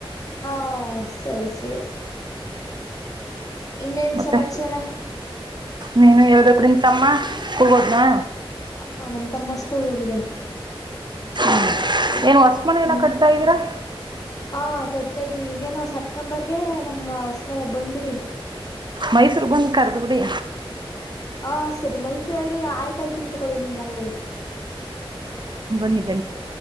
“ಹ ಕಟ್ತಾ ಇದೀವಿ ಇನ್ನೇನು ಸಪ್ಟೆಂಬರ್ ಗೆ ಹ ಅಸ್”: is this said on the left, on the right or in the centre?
Left